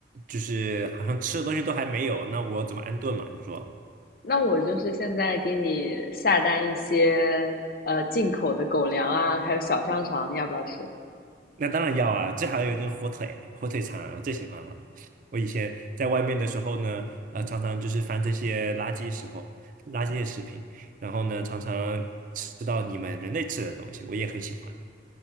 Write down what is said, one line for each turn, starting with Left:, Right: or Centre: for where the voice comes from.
Right: 就是好像吃的东西都还没有，那我怎么安顿嘛？你说？
Left: 那我就是现在给你下单一些呃进口的狗粮啊，还有小香肠，你要不要吃？
Right: 那当然要啊，这还有那个火腿，火腿肠我最喜欢了。我以前在外面的时候呢，呃，常常就是翻这些垃圾时候，垃圾的食品，然后呢，常常吃到你们人类吃的东西，我也很喜欢，